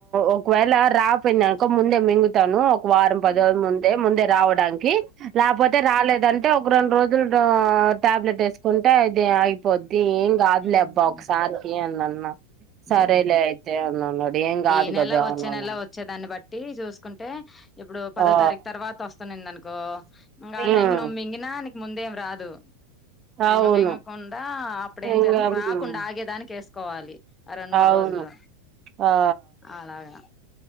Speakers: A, on the right (about 35°); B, on the left (about 20°).
A: ఒకవేళ రాపోయినంద్ అనుకో ముందే మింగుతాను ఒక వారం పది
B: ఉమ్
A: రోజు ముందే ముందే రావడానికి లేకపోతే రాలేదంటే క రెండు రోజులు డో టాబ్లెట్ ఏసుకుంటే ఇది అయిపోద్ తి ఏం కాదు
B: ఉమ్
A: లే అబ్బా ఒకసారికి అని అన్నా సరేలే
B: ఉమ్
A: అయితే అని అన్నాడు ఏం కాదు
B: ఈ నెల
A: కదా అవునవును
B: వచ్చే నెల వచ్చే దాన్ని బట్టి చూసుకుంటే ఇప్పుడు పదో
A: ఆ
B: తారీఖు తర్వాత వస్తునిందను కో ఇంగ
A: హ్మ్
B: ఆ టైం నువ్వు మింగినా నీకు ముందేం రాదు ఉమ్
A: అవును
B: ఇంగ మింగకుండా అప్పుడు ఏం
A: ఇంగా
B: చేయాలంటే రాకుండా
A: హ్మ్.
B: ఆగేదానికి ఏసుకోవాలి ఆ రెండు మూడు
A: అవును
B: రోజులు
A: ఆ
B: అలాగా